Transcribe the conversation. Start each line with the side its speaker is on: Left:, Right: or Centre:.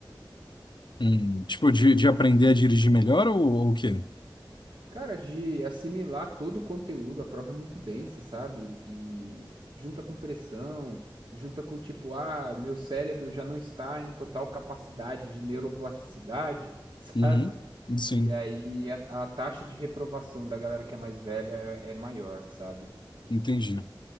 Left: Hum. Tipo, de, de aprender a dirigir melhor ou, ou o quê?
Right: Cara, de assimilar todo o conteúdo, a prova é muito densa, sabe? E junta com pressão, junta com tipo, ah, meu cérebro já não está em total capacidade de neuroplasticidade, <laughs> sabe?
Left: Uhum. Sim,
Right: E aí a, a taxa de reprovação da galera que é mais velha é, é maior, sabe?
Left: entendi.